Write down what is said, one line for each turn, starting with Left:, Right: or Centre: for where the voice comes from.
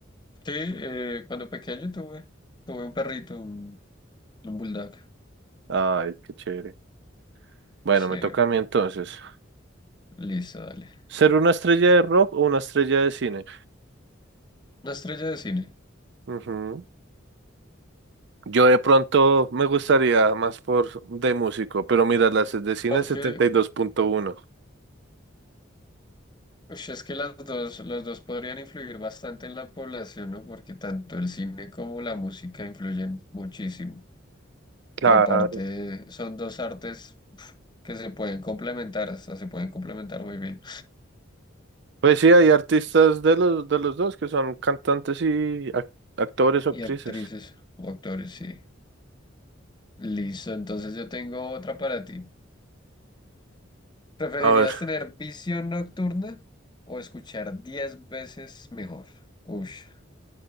Left: Sí, eh, cuando pequeño tuve, tuve un perrito, un, un bulldog.
Right: Ay, qué chévere. Bueno,
Left: Sí,
Right: me toca a mí entonces.
Left: listo, dale.
Right: ¿Ser una estrella de rock o una estrella de cine?
Left: Una estrella de cine.
Right: Ujú. Yo de pronto me gustaría más por de músico, pero mira, las de cine
Left: Aunque
Right: setenta y dos punto uno.
Left: Ush, es que las dos, los dos podrían influir bastante en la población, ¿no? Porque tanto el cine como la música influyen muchísimo.
Right: Claro.
Left: Y aparte son dos artes pf, que se pueden complementar, hasta se pueden complementar muy bien.
Right: Pues sí, hay artistas de los, de los dos que son cantantes y ac- actores o actrices.
Left: Y actrices o actores, sí. Listo, entonces yo tengo otra para ti. ¿Preferirías
Right: A ver.
Left: tener visión nocturna o escuchar 10 veces mejor? Ush,